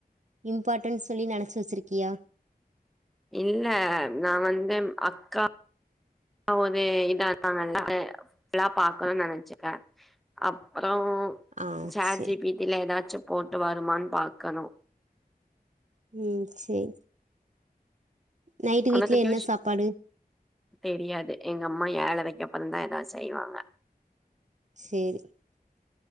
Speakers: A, on the right; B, in the centre.
A: இம்பார்டன்ஸ் சொல்லி நெனச்சி வச்சுருக்கியா
B: இல்ல நா வந்து அக்கா அ ஒரு இதா இருக்காங்க <unintelligible> ஃபுல்லா பாக்கணுனு நெனைச்சுக்க அப்றோ
A: ஆ
B: சேட்
A: சரி
B: ஜி பி டி இதுல ஏதாச்சும் போட்டு வருமான்னு பாக்கணு
A: ம் செரி நைட்டு
B: உனக்கு
A: வீட்ல
B: டியூஷ்
A: என்ன சாப்பாடு
B: தெரியாது எங்க அம்மா ஏழரைக் அப்பறந்தா எதாவ்து செய்வாங்க
A: சேரி